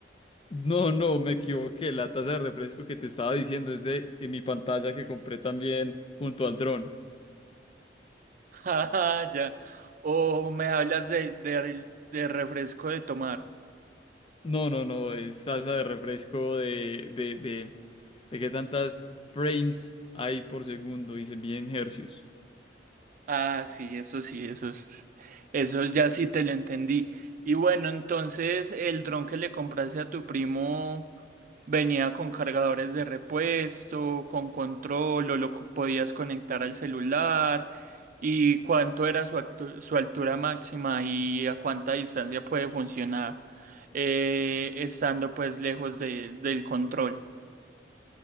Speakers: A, on the left; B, on the right.
A: No, no, me equivoqué. La taza de refresco que te estaba diciendo es de de mi pantalla que compré también junto al dron.
B: <laughs> Ah, ya. O me hablas de, de, de refresco de tomar.
A: No, no, no, es taza de refresco de, de, de, de qué tantas frames hay por segundo y se mide en hercios.
B: Ah, sí, eso sí, eso, es- eso ya sí te lo entendí. Y bueno, entonces el dron que le compraste a tu primo venía con cargadores de repuesto, con control, o lo co- podías conectar al celular. ¿Y cuánto era su, actu- su altura máxima y a cuánta distancia puede funcionar eh, estando pues lejos de- del control?